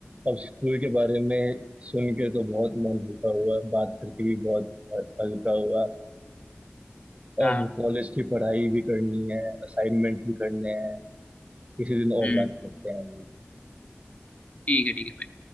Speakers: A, on the right; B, on the left.
A: अब स्कूल के बारे में सुन के तो बहुत मन हल्का हुआ बात करके भी बहुत ह- हल्का हुआ
B: हाँ
A: अब कॉलेज की पढ़ाई भी करनी है असाइनमेंट भी करने हैं किसी दिन और
B: हम्म
A: बात करते हैं
B: ठीक है ठीक है